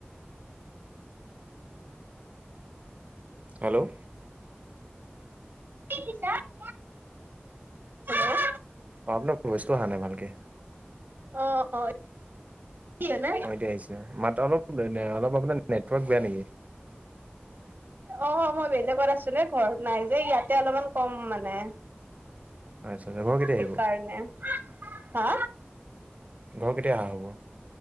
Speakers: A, on the right; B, on the right.
A: হেল্ল'
B: <unintelligible> হেল্ল' আছেনে?
A: অ', আপোনাৰ বস্তু অহা নাই ভালকে
B: অ', অ', কি হয় ন
A: অ', এতিয়া আহিছে মাত অলপ অলপ আপোনাৰ নেটৱৰ্ক বেয়া নেকি
B: অ', মই বেলেগত আছো নে ঘৰত নাই যে ইয়াতে অলপমান কম মানে।
A: আচ্ছা ঘৰ
B: সেইকাৰণে
A: আহিব
B: হা
A: ঘৰ কেতিয়া অাহা হ'ব